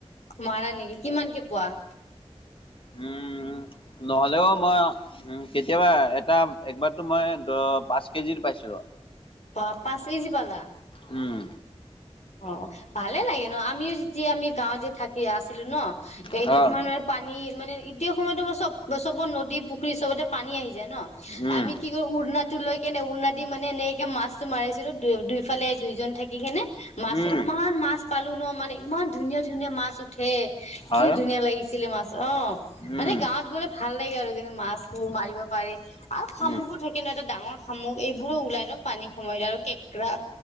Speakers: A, on the left (about 85°); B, on the left (about 50°).
A: মাৰা নেকি কিমানকে পোৱা?
B: উম নহলেও মই। উম কেতিয়াবা এটা একবাৰতো মই পাঁচ কেজিৰ পাইছোঁ।
A: বাহ পাঁচ কেজি পালা।
B: উম।
A: অ ভালে লাগে নহ আমিও যেতিয়া আমি গাঁৱত যে থাকি আছিলোঁ নহ ত' সেইটো
B: হয়
A: সময়ত মানে। পানী মানে এতিয়া সময়তো আমাৰ চব চবত নদী পুখুৰী চবতে পানী আহি যায় নহ
B: উম
A: আমি কি। উৰ্ণাটো লৈ কেনে উৰ্ণা দি মানে এনেকে মাছটো মাৰিছিলো দু-দুইফালে দুইজন থাকি কেনে। মাছো
B: উম
A: ইমান মাছ পালোঁ নহ মানে ইমান ধুনীয়া ধুনীয়া মাছ উঠ ঠে
B: হয়
A: কি ধুনীয়া লাগিছিলে মাছ অ
B: উম
A: মানে গাঁৱত গ'লে। ভাল লাগে আৰু যেনে মাছবোৰ মাৰিব পাৰে আৰু শামুকো
B: উম
A: থাক কিন্তু এটা ডাঙৰ শামুক এইবোৰো ওলাই নহ পানীৰ সময়ত আৰু কেঁকৰা।